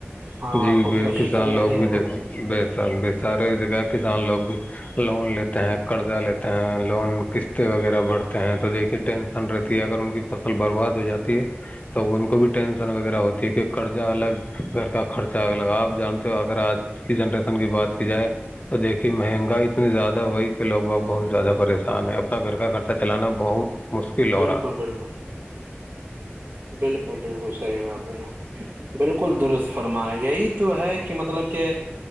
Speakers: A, on the right; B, on the left.
A: ہاں
B: جی
A: خودکشی
B: بھی کسان
A: کر لیتے
B: لوگ
A: ہیں
B: بھی
A: وہ
B: دیکھے بے سک ب سارے دیکھا کسان لوگ بھی لون لیتے ہیں قرضہ لیتے ہیں لون قسط وغیرہ بھرتے ہیں تو دیکھیے ٹینشن رہ ت اگر ان کی فصل برباد ہو جاتی ہے تو ان کو بھی ٹینشن وغیرہ ہوتی ہے کہ قرضہ الگ گھر کا خرچہ الگ آپ جانتے ہو اگر آج کی جنریشن کی بات کی جائے تو دیکھیے مہنگائی اتنی زیادہ ہوئی کہ لوگ بگ بہت زیادہ پریشان ہے اپنا گھر کا خرچہ چلانا بہت مشکل ہو
A: بالکل
B: رہا ہے
A: بالکل بالکل بالکل سر صحیح بات جناب بالکل درست فرما یہی تو ہے کہ مطلب کہ